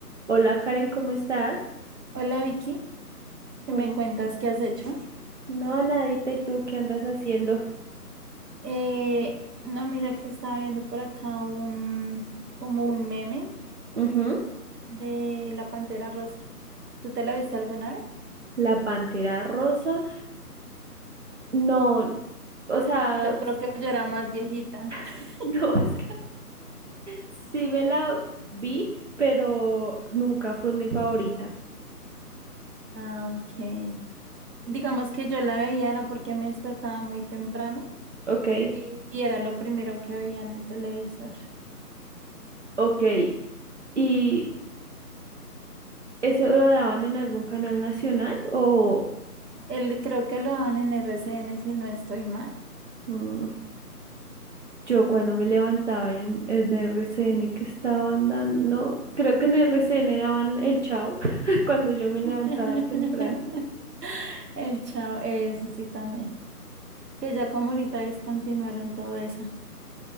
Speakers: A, on the right (about 50°); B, on the right (about 80°).
A: Hola Karen, ¿cómo estás?
B: Hola Vicky, ¿qué
A: ¿Cómo?
B: me cuentas? ¿Qué has hecho?
A: No, nadita, ¿y tú qué andas haciendo?
B: Eh, no, mira que estaba viendo por acá un como un meme
A: Ujú,
B: de la Pantera Rosa. ¿Tú te la viste alguna vez?
A: La pantera rosa. No, o sea,
B: Yo
A: s-
B: creo que yo era más viejita. <laughs>
A: <laughs> no, es que sí me la vi, pero nunca fue mi favorita.
B: Ah, ok. Digamos que yo la veía era porque me despertaba muy temprano
A: Ok,
B: y, y era lo primero que veía en el televisor.
A: ok. ¿Y eso lo daban en algún canal nacional o...?
B: Él creo que lo dan en RCN si no estoy mal.
A: mm, Yo cuando me levantaba en, en RCN que estaban dando, no, creo que en RCN daban el Chavo <laughs> cuando yo me
B: <laughs>
A: levantaba temprano.
B: El chavo, ese sí también. que ya como ahorita descontinuaron todo eso.